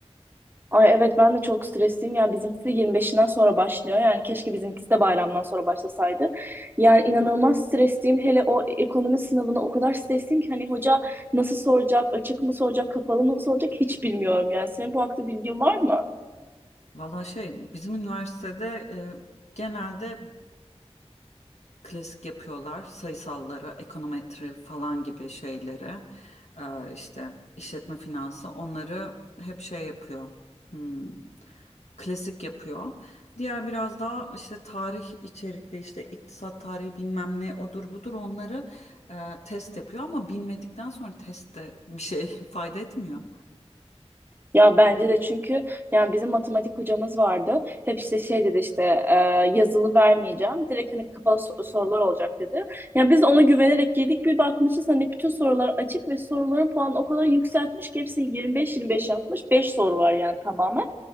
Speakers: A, on the right; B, on the left.
A: Ay evet ben de çok stresliyim. Yani bizimkisi de 25'inden sonra başlıyor. Yani keşke bizimkisi de bayramdan sonra başlasaydı. Yani inanılmaz stresliyim. Hele o ekonomi sınavına o kadar stresliyim ki hani hoca nasıl soracak, açık mı soracak, kapalı mı soracak hiç bilmiyorum yani. Senin bu hakta bilgin var mı?
B: Valla şey bizim üniversitede e, genelde klasik yapıyorlar sayısalları ekonometri falan gibi şeyleri Ee, işte işletme finansı onları hep şey yapıyor. Hmm. klasik yapıyor. Diğer biraz daha işte tarih içerikli işte iktisat tarihi bilmem ne odur budur onları e, test yapıyor ama bilmedikten sonra test de bir şey <laughs> fayda etmiyor.
A: Ya bence de çünkü yani bizim matematik hocamız vardı. Hep işte şey dedi işte e, yazılı vermeyeceğim. Direkt hani kapalı so- sorular olacak dedi. Yani biz de ona güvenerek girdik. Bir bakmışız hani bütün sorular açık ve soruların puanı o kadar yükseltmiş ki hepsi 25-25 yapmış. 5 soru var yani tamamen.